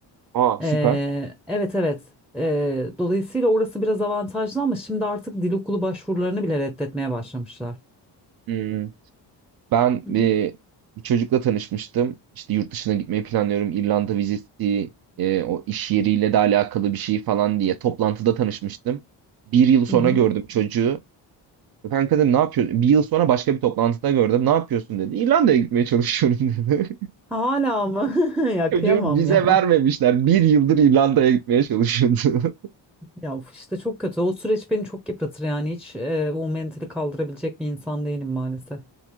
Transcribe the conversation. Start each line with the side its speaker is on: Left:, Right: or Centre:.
Right: Aa
Centre: Eee,
Right: süper.
Centre: evet evet Eee, dolayısıyla orası biraz avantajlı ama şimdi artık dil okulu başvurularını bile reddetmeye başlamışlar.
Right: Hmm, Ben
Centre: Hı
Right: bir,
Centre: hı.
Right: bir çocukla tanışmıştım. İşte yurt dışına gitmeyi planlıyorum. İrlanda vizesi, e, o iş yeriyle de alakalı bir şey falan diye toplantıda tanışmıştım. Bir yıl sonra
Centre: Hı hı.
Right: gördüm çocuğu. Kanka dedim ne yapıyorsun? Bir yıl sonra başka bir toplantıda gördüm. Ne yapıyorsun dedi. İrlanda'ya gitmeye çalışıyorum dedi.
Centre: Hala mı? <laughs>
Right: <laughs>
Centre: Ya
Right: Çocuğu
Centre: kıyamam
Right: vize
Centre: ya.
Right: vermemişler. Bir yıldır İrlanda'ya gitmeye çalışıyordu. <laughs>
Centre: Ya of işte çok kötü. O süreç beni çok yıpratır yani hiç e, o mentali kaldırabilecek bir insan değilim maalesef.